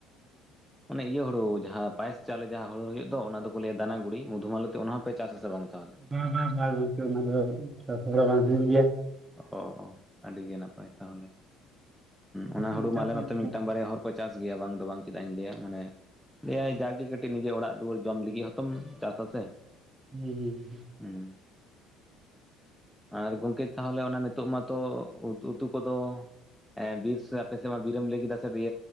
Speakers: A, in the centre; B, on the right.
A: ᱚᱱᱮ ᱤᱭᱟᱹ ᱦᱩᱲᱩ ᱡᱟᱦᱟᱸ ᱯᱟᱭᱮᱥ ᱪᱟᱣᱞᱮ ᱡᱟᱦᱟᱸ ᱦᱳᱲᱩ ᱦᱩᱭᱩᱜ ᱫᱚ ᱚᱱᱟ ᱫᱚᱠᱚ ᱞᱟᱹᱭᱟ ᱫᱟᱱᱟ ᱜᱩᱲᱤ ᱢᱚᱫᱷᱩᱢᱟᱞᱚᱛᱤ ᱚᱱᱟ ᱦᱚᱸᱯᱮ ᱪᱟᱥ ᱟᱥᱮ ᱵᱟᱝ ᱛᱟᱦᱚᱞᱮ
B: ᱜᱚᱝᱠᱮ ᱚᱱᱟ ᱫᱚ ᱪᱟᱥ ᱵᱟᱲᱟ ᱵᱟᱝ ᱦᱩᱭᱩᱜ ᱜᱮᱭᱟ
A: ᱚ ᱚ ᱚ ᱟᱹᱰᱤ ᱜᱮ ᱱᱟᱯᱟᱭ ᱛᱟᱦᱚᱞᱮ
B: ᱟᱯᱮ
A: ᱚᱱᱟ
B: ᱥᱮᱫ
A: ᱦᱩᱲᱩ
B: ᱠᱚ ᱪᱟᱥ
A: ᱢᱟ ᱟᱞᱮ
B: ᱜᱮᱭᱟ
A: ᱱᱚᱛᱮ
B: ᱥᱮ
A: ᱢᱤᱫᱴᱟᱝ
B: ᱪᱮᱫ
A: ᱵᱟᱨᱭᱟ ᱦᱚᱲ ᱪᱟᱥ ᱜᱮᱭᱟ ᱵᱟᱝ ᱫᱚ ᱵᱟᱝ ᱪᱮᱫᱟᱜ ᱤᱧ ᱞᱟᱹᱭᱟ ᱢᱟᱱᱮ ᱞᱟᱹᱭ ᱟᱭ ᱡᱟᱜᱮ ᱱᱤᱡᱮ ᱚᱲᱟᱜ ᱫᱩᱣᱟᱹᱨ ᱡᱚᱢ ᱞᱟᱹᱜᱤᱫ ᱦᱚᱸᱛᱚᱢ ᱪᱟᱥ ᱟᱥᱮ
B: ᱦᱩᱸ
A: ᱦᱮᱸ ᱟᱨ ᱜᱚᱝᱠᱮ ᱛᱟᱦᱚᱞᱮ ᱚᱱᱟ ᱱᱤᱛᱚᱜ ᱢᱟᱛᱚ ᱩᱛᱩ ᱠᱚᱫᱚ ᱵᱤᱨ ᱟᱯᱮ ᱥᱮᱫ ᱢᱟ ᱵᱤᱨᱢ ᱞᱟᱹᱭ ᱠᱮᱫᱟ ᱥᱮ